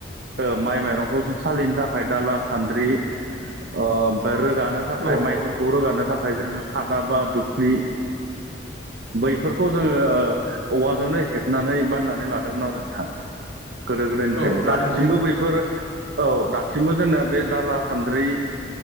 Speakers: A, on the right; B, on the right.
A: ओ माइ माइरंखौ जों सालिनो थाखाय दाला सान्द्रि ओ ओमफ्राय रोगानो थाखाय
B: औ
A: माइफोरखौ रोगानो थाखाय जोङो खादा बा दुख्लि बैफोरखौ जोङो औवाजोंनो हेबनानै बाननानै लादोंमोन आरो नोंथां। गोदो गोदायनिफ्रायनो
B: औ लादों
A: दासिमबो
B: लादों
A: बैफोर औ दा सिमबो जोंना बे दाला सान्द्रि